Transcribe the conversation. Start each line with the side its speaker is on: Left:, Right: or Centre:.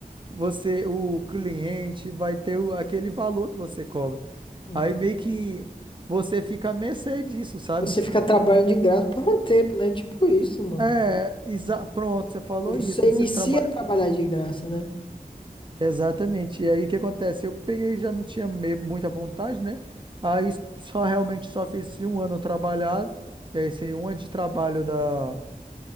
Right: você, o cliente vai ter o- aquele valor que você cobra.
Left: entendi.
Right: Aí meio que você fica à mercê disso, sabe?
Left: Você fica trabalhando de graça por um tempo, né? Tipo isso, mano.
Right: É, exa- pronto, você falou
Left: Você
Right: isso, né?
Left: inicia
Right: você trabalha.
Left: a trabalhar de graça, né?
Right: Exatamente. E aí o que acontece? Eu peguei, já não tinha me- muita vontade, né? Aí só realmente só fiz esse um ano trabalhado, é, esse um ano de trabalho da